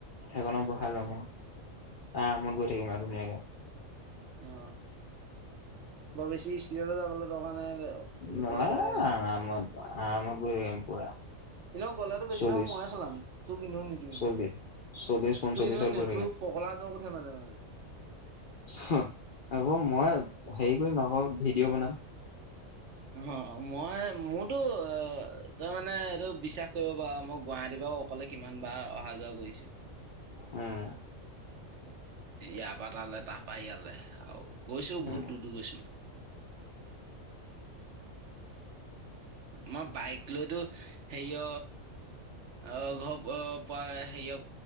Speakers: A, on the left (about 55°); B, on the right (about 60°).
A: সেইখনত বহাই লম আৰু আৰমত গৈ থাকিম আও ধুনীয়াকে।
B: অ বৰ বেছি স্পীড যাবলৈ দৰকা নাই লোকৰ
A: নালাগে
B: জেগা সেইবিলাক।
A: আৰামত আৰামত গৈ থাকিম পুৰা
B: এনে গলেতো বেছিভাগ
A: চল্লিশ
B: মইয়ে চলাম তোক এনেও নিদিও
A: চল্লিশ
B: ইমান।
A: চল্লিশ পঞ্চল্লিশত
B: তোৰ এনেও নিদো,
A: গৈ
B: পগলা জক উঠে মাজে মাজে।
A: হে আকৌ মই হেৰি কৰিম আক ভিডিঅ' বনাম।
B: অ মই মোৰতো অ তই মানে এইটো বিশ্বাস কৰিব পাৰ মই গুৱাহাটীৰ পা অ অকলে কিমান বাৰ অহা যোৱা কৰিছো।
A: উম।
B: ইয়াৰ পা তালে তাৰ পা ইয়ালে আও। গৈছো
A: উম,
B: বহুত দূৰ দূৰ গৈছো মই। মই বাইক লৈতো হেয় অ ঘৰ অ ঘৰ পা হেয়